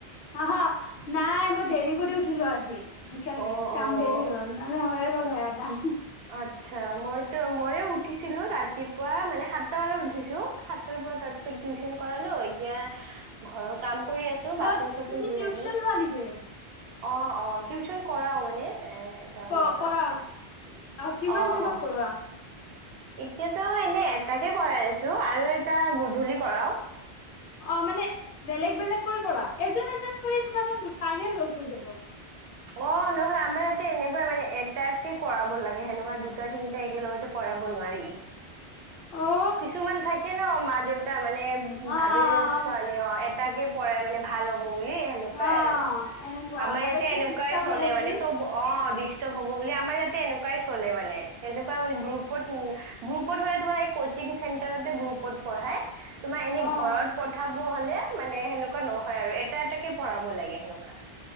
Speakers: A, on the left; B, on the right.
A: হা, হা। নাই, মই দেৰি কৰি উঠিলো আজি। সেইকাৰণে,
B: অ',
A: কাম
B: অ'।
A: দেৰি হৈ গ'ল নহ'লে হৈ গ'ল আধা।
B: আচ্ছা, মইতো ময়ো উঠিছিলো ৰাতিপুৱা মানে সাতটা বজাত উঠিছো, সাতটাৰ পৰা তাৰপিছত। সিক টিউচন কৰালোঁ। এতিয়া ঘৰৰ কাম। কৰি আছো, বাচন
A: অ'
B: চচন
A: তুমি
B: ধুই
A: টিউচন
B: আছো। অ,
A: লোৱা নেকি?
B: অ, টিউচন কৰাও মানে। এ এটা
A: ক-কৰা।
B: ল'ৰাক।
A: আ কিমান
B: অ',
A: জনক
B: অ'।
A: কৰা।
B: এতিয়াতো এনে এটাকে কৰাই আছো, আৰু এটা গধূলি কৰাওঁ।
A: অহ' মানে বেলেগ বেলেগ কৰি কৰা। এজন এজন কৰি তোমাৰ তাত টাইমে লৈছৈ যাব।
B: অহ' নহয় আমাৰ ইয়াতে এনেকুৱা মানে, এটাকে কৰাব লাগে সেনেকুৱা দুটা তিনিটা একেলগতে কৰা। কাব নোৱাৰি সি।
A: অহ'।
B: কিছুমান থাকে ন, মা-দেউতা মানে
A: অ'
B: ভাবি
A: অ'
B: ছোৱালী অহ,। তাকে, পঢ়াই মানে ভাল হ'ব। বুলি সনেকুৱাই
A: অ'
B: আৰু।
A: এনেকুৱা
B: আমাৰ
A: ভাবে
B: ইয়াতে
A: কি
B: এনেকুৱাই
A: ডিষ্টাৰ্ব
B: চলে
A: হ'ব বুলি
B: মানে চব অহ,। ইস্তপ হ'ব বুলি। আমাৰ ইয়াত এ এনেকুৱাই চলে মানে। সেনেকুৱা মানে গ্ৰোপত উম,। গ্ৰোপত হলে তোমাৰ এক থিং চেন্টৰতেই, গ্ৰোপত পঢ়াই। তোমাৰ এনেই
A: অ'
B: ঘৰত পথাব হ'লে। মানে, সেনেকুৱা নহয় আৰু এটা এটাকে পঢ়াব লাগে সেনেকুৱা।